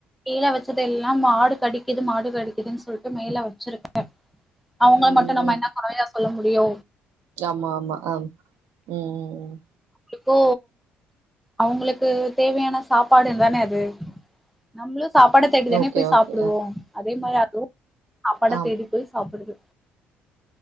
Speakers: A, in the centre; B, on the right (about 85°).
A: கீழ வச்சது எல்லா மாடு கடிக்குது மாடு கடிக்குதுன்னு சொல்லிட்டு மேல வச்சிருக்கே அவங்கள
B: ம்
A: மட்டு நம்ம
B: ம்
A: என்ன கொறையா சொல்ல முடியு
B: ஆமா ஆமா ஆ உம் ம்
A: இப்போ அவங்களுக்கு தேவையான சாப்பாடு தானே அது நம்மளும் சாப்பாடை தேடி தானே
B: ஓகே
A: போய்
B: ஓகே
A: சாப்புடுவோ அதே மாதிரி அதுவும் சாப்பாட
B: ஆ
A: தேடி போய் சாப்பிடுது